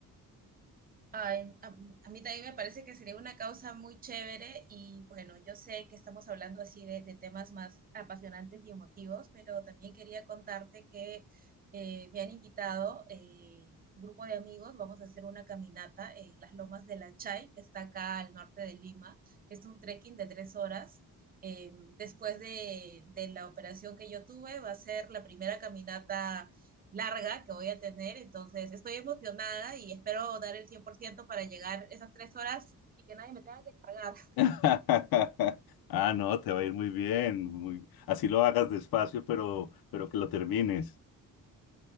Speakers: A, on the right (about 25°); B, on the left (about 80°).
A: Ay, a, a mí también me parece que sería una causa muy chévere y bueno, yo sé que estamos hablando así de, de temas más apasionantes y emotivos, pero también quería contarte que eh, me han invitado eh, un grupo de amigos, vamos a hacer una caminata en las lomas de La Chay, que está acá al norte de Lima. Es un trekking de tres horas. Eh, después de, de la operación que yo tuve, va a ser la primera caminata larga que voy a tener, entonces estoy emocionada y espero dar el 100% para llegar esas tres horas y que nadie me tenga que cargar.
B: <laughs> Ah, no, te va a ir muy bien. Muy... Así lo hagas despacio, pero, pero que lo termines.